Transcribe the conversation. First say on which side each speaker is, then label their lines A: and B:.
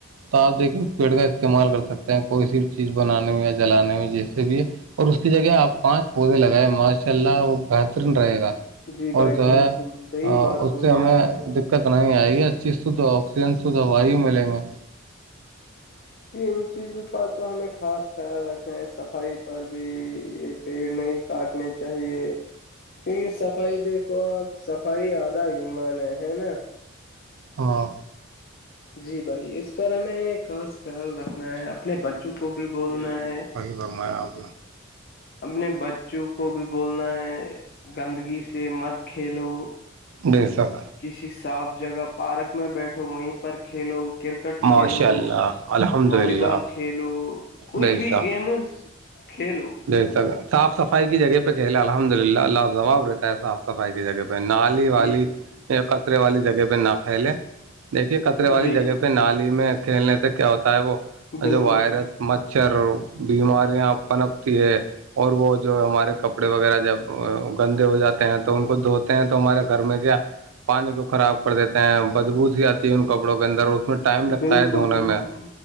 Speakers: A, on the right (about 70°); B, on the left (about 45°).
A: تو آپ دیکھیے اس پیڑ کا استعمال کر سکتے ہیں کوئی سی بھی چیز بنانے میں یا جلانے میں جیسے بھی اور اس کی جگہ آپ پانچ پودے لگائےیں ماشاء اللہ وہ بہترین رہے گا
B: جی
A: اور
B: بھائی
A: جو ہے
B: بالکل صحیح بات
A: اس
B: بولی
A: سے ہمیں
B: آپ نے
A: دقت آئے گی ا چیز شدھ آکسیجن شھ دوائی ملیں گے
B: یہ ان چیزوں پر تو ہمیں خاص خیال رکھنا ہے صفائی پر بھی یہ پیڑ نہیں کاٹنے چاہیے کیہ صفائی دیکھو آپ صفائی آدھا ایمان ہے ہے نا
A: ہاں
B: جی بھائی اس پر ہمیں خاص خیال رکھنا ہے اپنے بچوں کو بھی بولنا ہے
A: بگرمایا آپ
B: اپنے بچوں کو بھی بولنا ہے گندگی سے مت کھیلو
A: دے سک
B: کسی صاف جگہ پارک میں بیٹھو وہیں پر کھیلو کرکٹ
A: ماشاء
B: کھیلو
A: اللہ الحمد
B: والی
A: للہ
B: بال کھیلو کچھ
A: بے
B: بھی
A: شک
B: گیمز کھیلو
A: بہتر صاف صفائی کی جگہ پہ کہہلے الحمد للہ اللہ اب رہتا ہے صاف صفائی کی جگہ پہ نالی والی
B: جی
A: کچرے والی جگہ پہ نہا کھیلے دیکھیے کطرے والی
B: جی
A: جگہ پہ نالی میں کھیلنے سے کیا ہوتا ہے وہ
B: بالکل
A: جو وائرس مچھر بیماریاں پنپتی ہے اور وہ جو ہمارے کپڑے وغیرہ جب گندے ہو جاتے ہیں تو ان کو دھوتے ہیں تو ہمارے گھر میں کیا پانی کو خراب کر دیتے ہیں بجبوط ہی آتی ہے ان کپڑوں کے اندر اس میں ٹائم لگتا
B: بالکل
A: ہے دھونے
B: بالکل بالکل
A: میں